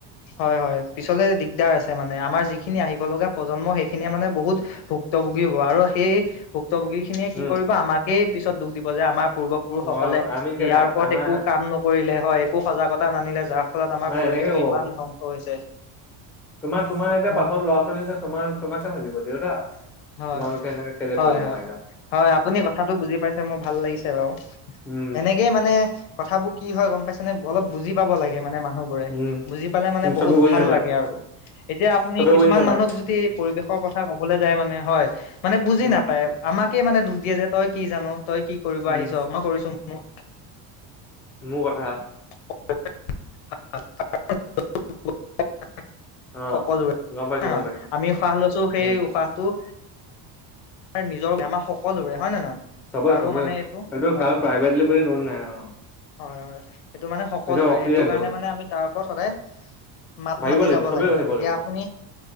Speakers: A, on the left; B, in the centre.
A: হয় হয় পিছলে দিগ দিগাৰ আছে মানে আমাৰ যিখিনি আহিব লগা প্ৰজন্ম সেইখিনিয়ে মানে বহুত ভুক্ত ভোগী হ'ব আৰু সেই ভূক্তভোগী খিনিয়ে কি
B: উম
A: কৰিব আমাকেই পিছত দুখ দিব যে আমাৰ পূ পুৰুষসকলে
B: অ
A: ইয়াৰ
B: আমি কেলা
A: ওপৰত
B: আমাৰ
A: একো কাম নকৰিলে হয় একো সজাগতা নানিলে যাৰ ফলত আমাৰ
B: মানে
A: পৰিৱেশটো
B: এনেকে ক'ব
A: ইমান
B: মানে
A: ধ্বংস হৈছে।
B: তোমাৰ তোমাৰ এতিয়া
A: হয়
B: পাছ ল'ৰা -ছোৱালী আছে তোমাৰ তোমাকে ভাবিব দেউতা
A: হয়
B: তোমালোকে এনেকে কেলে
A: হয়
B: কৰিব
A: হয়
B: নোৱাৰিলা
A: হয়, আপুনি কথাটো বুজি পাইছে মোৰ ভাল লাগিছে বাৰু।
B: উম
A: এনেকেই মানে কথাবোৰ কি হয় গম পাইছেনে, অলপ বুজি পাব লাগে মানে মানুহ বোৰে
B: উম
A: বুজি বুজি পালে মানে
B: কিন্তু
A: বহুত
B: চবে বুজি
A: ভাল
B: নাপায়
A: লাগে আৰু এতিয়া আপুনি
B: চবে
A: কিছুমান
B: বুজি নাপায়
A: মানুহক যদি পৰিৱেশৰ কথা কথা কবলৈ যায় মানে হয়, মানে বুজি
B: উম
A: নাপায় আমাকে মানে দুখ দিয়া যে তই কি জান। তই কি কৰিব আহিছ
B: উম
A: মই কৰিছো মোক
B: মোৰ কথা
A: <inaudible>
B: অ
A: সকলোৰে
B: গম পাইছো গম পাইছো
A: আমি উশাহ লৈছোঁ সেই
B: উম
A: উশাহটো নিজৰ আমাৰ সকলোৰে হয় নে নহয়।
B: চব
A: কাৰো
B: চব
A: মানে এইটো হয়
B: ক
A: হয়
B: প্ৰাইভেটলে বুলি ন নাই অ-
A: হয় হয়, সেইটো মানে সকলোৰে
B: এতিয়া অক্সিজেনটো
A: সেইটো কাৰণে মানে আমি তাৰ ওপৰত সদায়- মাত
B: ভাবিব
A: মাতি
B: লাগিব
A: যাব
B: চবেই
A: লাগে
B: ভাবিব
A: এতিয়া
B: লাগিব
A: আপুনি-